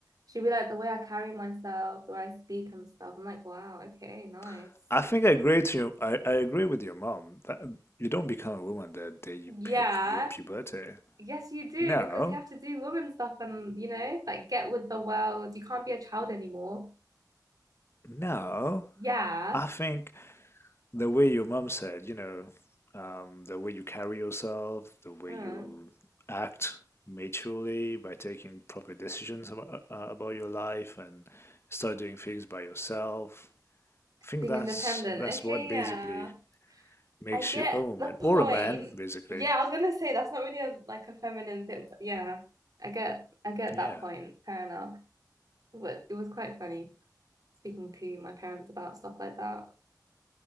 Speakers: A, on the right; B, on the left.
A: She'd be like the way I carry myself, the way I speak and stuff. I'm like, wow, okay, nice.
B: <laughs> I think I agree to you. I, I agree with your mom. That you don't become a woman the day you
A: Yeah.
B: hit pu puberty.
A: Yes, you do,
B: No,
A: because you have to do woman stuff and you know, like get with the world. You can't be a child anymore.
B: no.
A: Yeah.
B: I think the way your mom said, you know, um, the way you carry yourself, the way
A: Mm.
B: you act maturely by taking proper decisions about, uh, uh, about your life and start doing things by yourself. I think
A: Being
B: that's
A: independent.
B: that's
A: Okay,
B: what basically
A: yeah.
B: makes
A: I get
B: you a woman
A: the point.
B: or a man, basically.
A: Yeah, I was gonna say that's not really a like a feminine thing, but yeah, I get I get
B: Yeah.
A: that point. Fair enough. But it was quite funny speaking to my parents about stuff like that,